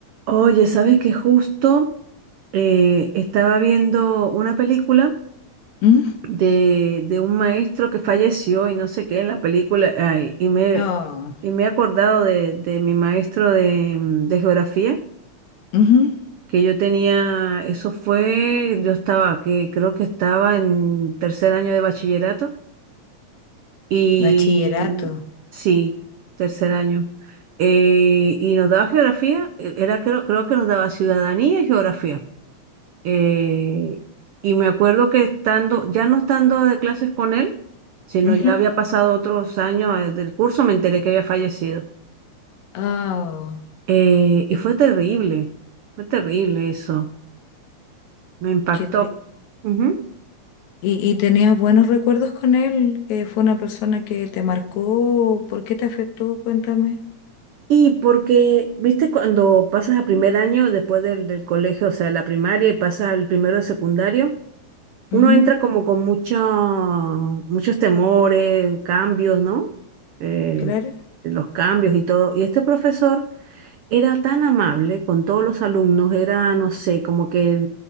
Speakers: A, on the right; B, on the left.
A: Oye, ¿sabes que justo eh, estaba viendo una película
B: Mm,
A: de, de un maestro que falleció y no sé qué en la película, ay, y me,
B: Oh,
A: y me he acordado de, de mi maestro de, mm, de geografía,
B: ujú,
A: que yo tenía, eso fue, yo estaba, que creo que estaba en tercer año de bachillerato, y
B: Bachillerato.
A: sí, tercer año. Eh, y nos daba geografía, eh, era creo, creo que nos daba ciudadanía y geografía. Eh, y me acuerdo que estando, ya no estando de clases con él, sino
B: ujú,
A: ya había pasado otros años eh, del curso, me enteré que había fallecido.
B: Oh,
A: Eh,
B: qué,
A: y fue terrible, fue terrible eso, me impactó.
B: qué tri-
A: Ujú.
B: ¿Y, y tenías buenos recuerdos con él? Eh, ¿fue una persona que te marcó? ¿Por qué te afectó? Cuéntame.
A: Y porque, viste, cuando pasas a primer año después del, del colegio, o sea, la primaria y pasas al primero de secundario, uno
B: Ujú,
A: entra como con mucho, muchos temores, cambios, ¿no? Eh,
B: Claro.
A: los cambios y todo. Y este profesor Era tan amable con todos los alumnos, era, no sé, como que